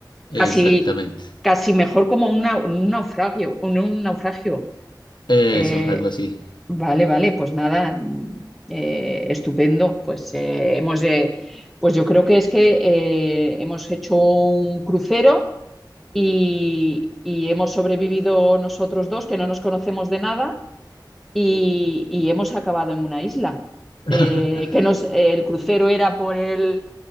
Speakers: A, on the left (about 75°); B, in the centre.
A: Exactamente.
B: Casi, casi mejor como una- un naufragio, un, un naufragio.
A: Eso,
B: Eh,
A: algo así.
B: Vale, vale, pues nada, mm, eh, estupendo. Pues eh, hemos de, pues yo creo que es que eh, hemos hecho un crucero y, y hemos sobrevivido nosotros dos, que no nos conocemos de nada, y, y hemos acabado en una isla.
A: <laughs>
B: Eh, que nos, el crucero era por el,